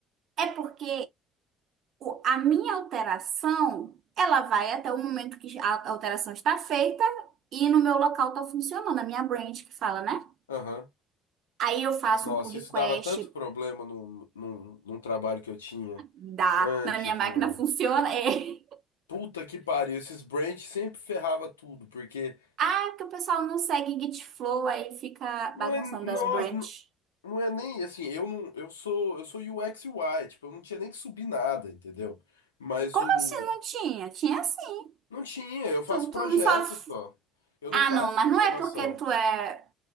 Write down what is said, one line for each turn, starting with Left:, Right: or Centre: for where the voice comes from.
Right: É porque o- a minha alteração, ela vai até o momento que a alteração está feita e no meu local está funcionando, a minha branch que fala, né?
Left: Aham.
Right: Aí eu faço
Left: Nossa,
Right: um pull request,
Left: isso dava tanto problema num, num, num trabalho que eu tinha
Right: dá,
Left: antes,
Right: na minha máquina
Left: mano.
Right: funciona. <laughs> é.
Left: Puta que pariu, esses branch sempre ferrava tudo, porque.
Right: Ah, que o pessoal não segue Git Flow, aí fica
Left: Não
Right: bagunçando
Left: é, nossa,
Right: as branches.
Left: não não é nem assim, eu não, eu sou, eu sou UX UI, tipo, eu não tinha nem que subir nada, entendeu? Mas
Right: Como
Left: o
Right: assim não tinha? Tinha sim.
Left: não tinha, eu faço
Right: Tu,
Left: projetos
Right: tu não só.
Left: só. Eu
Right: Ah,
Left: não faço
Right: não, mas
Left: programação.
Right: não é porque tu é.